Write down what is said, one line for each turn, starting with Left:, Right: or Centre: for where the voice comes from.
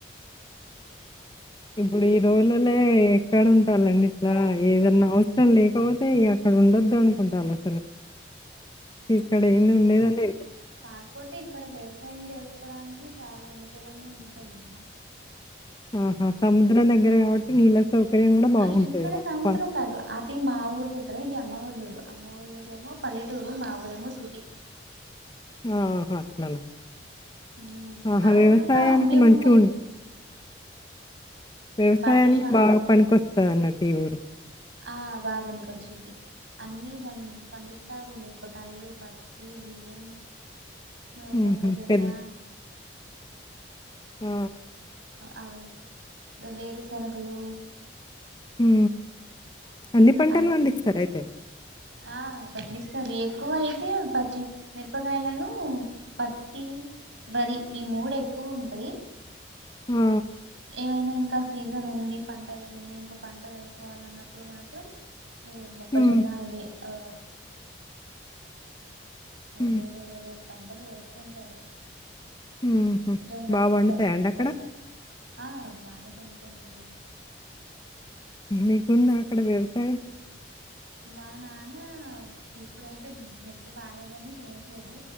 Left: ఇప్పుడు ఈ రోలలే ఎక్కడ ఉంటాలండి ఇట్లా ఏదన్నా అవసరం లేకపోతే ఇగ ఇక్కడ ఉండొదు అనుకుంటాను అసలు ఇక్కడ ఏంది ఉండేదండి
Right: కాకపోతే ఇక్కడ వ్యవసాయం చేసుకోడానికి చాలా అనుకూలంగా ఉంటుందండి
Left: ఆహా సముద్రం దగ్గరే కాబట్టి నీళ్ళ సౌకర్యం కూడా బాగుంటది.
Right: ఆ ఇక్కడ సముద్రం
Left: ప
Right: కాదు అది మా ఊరిదగ్ ఇక్కడ ఇది అమ్మ వొల్లూరు అమ్మ వొల్లూరేమో పల్లెటూరు మా ఊరేమో సిటీ
Left: ఆహా అట్లానా
Right: ఉమ్
Left: ఆహా
Right: మా
Left: వ్యవసాయానికి
Right: ఊర్లో అన్ని
Left: మంచిగా
Right: ఉంటాయి
Left: ఉం వ్యవసాయానికి
Right: బట్టల షా
Left: బాగా పనికొస్తది అన్నట్టు ఈ ఊరు
Right: ఆ బాపనికొచ్చిధి అన్ని పం పండిస్తారు మిరపకాయలు పత్తి బియ్యం హ్
Left: హుహు.
Right: మొక్కజొన్నా
Left: పెద్ ఆ!
Right: ఆ అ వేరు శెనగ్లు
Left: హ్ అన్ని పంటలు
Right: అవి
Left: పండిస్తరు అయితే
Right: ఆ పండిస్తరు ఎక్కువ అయితే పచ్చి మిరపకాయలనూ పత్తి వర్రీ ఈ మూడు ఎక్కువ ఉంటయి
Left: ఆ
Right: ఏవైనా ఇంకా సీజన్ ఉంది పంట అయిపోయింది ఇంకో పంట వేసుకోవాలన్నప్పుడు మాత్రం ఈ మొక్కజొన్న
Left: హ్మ్.
Right: అవి ఆ
Left: హ్మ్.
Right: వేరే వేరే పంటలు వేస్తూ ఉంటారు
Left: హుహు.
Right: జొన్నలు
Left: బా పండుతాయండి
Right: సజ్జలు అంటారు
Left: అక్కడ?
Right: కదా ఆ బానే పండుతాయండి
Left: మీకుందా అక్కడ వ్యవసాయం
Right: మా నాన్న ఇప్పుడైతే హెల్త్ బాలేదని చెయట్లేదు